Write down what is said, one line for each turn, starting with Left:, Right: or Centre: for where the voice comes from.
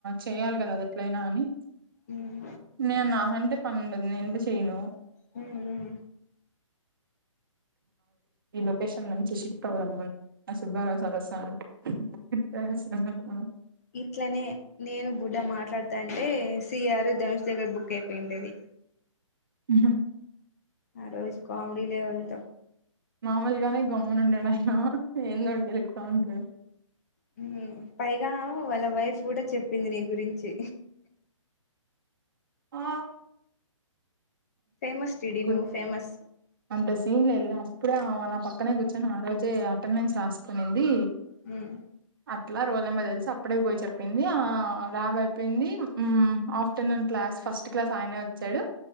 Right: చెయాలి కదా అది ఎట్లయినా అని
Left: ఉమ్
Right: నేను నా కంటే అంటే పన్నండదు నేనుఅంటే చేయ్యను
Left: హ్మ్మ్
Right: ఈ లొకేషన్ నుంచి షిఫ్ట్ అవుదమ్మ నా సుబ్బారావు సార్ వస్తోన్నాడు తెలుసు కదా మనకు
Left: ఇట్లనే నేను బుడ్డ మాట్లాడుత అంటే సిఆర్ దనుష్ దగ్గర బుక్ అయిపోయిండేది
Right: హ్మ్మ్ హా
Left: ఆ రోజు కామెడీ లెవెల్ తో
Right: మామూలుగానే గమ్మన ఉండడాయినా ఎందో గెలుక్తా ఉంటాడు
Left: హ్మ్మ్ పైగా వాళ్ళ వైఫ్ కూడా చెప్పింది నీ గురించి
Right: ఆ
Left: ఫేమస్ టిడి
Right: గుడ్
Left: నువ్వు ఫేమస్
Right: అంత సీన్ల ఎలా ఇప్పుడే ఆమె నా పక్కనే కూర్చొని ఆ రోజే అటెండెన్స్ రాసుకునింది
Left: హ్మ్మ్
Right: అట్లా రోల్ నెంబర్ తెలిసి అప్పడే పోయి చెప్పింది ఆ ల్యాబ్ అయిపోయింది హ్మ్మ్ ఆఫ్టర్నూన్ క్లాస్ ఫస్ట్ క్లాస్ ఆయనే వచ్చాడు